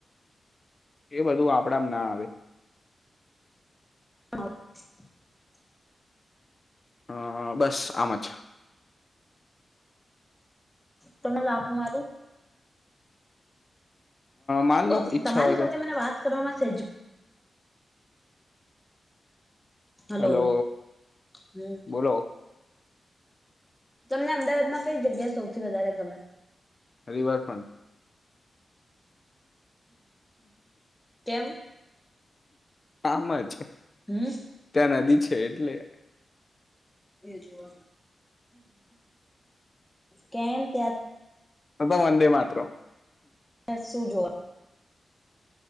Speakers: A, on the left (about 30°); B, in the centre.
A: એ બધું આપડામ ના આવે.
B: હ <unintelligible>
A: અ બસ આમ જ
B: તને લાફો મારું?
A: માન
B: ઓ
A: લો ઈચ્છા
B: તમારી
A: હોય તો
B: સાથે મને વાત કરવામાં સેજ હલો
A: હેલો
B: હમ
A: બોલો?
B: તમને અમદાવાદમાં કઈ જગ્યા સૌથી વધારે ગમે?
A: રિવરફ્રન્ટ
B: તેમ?
A: આમ જ
B: હમ
A: ત્યાં નદી છે એટલે
B: જોવા કેમ ત્યાં?
A: એ તો વંદે માતરમ
B: હ શું જોવા?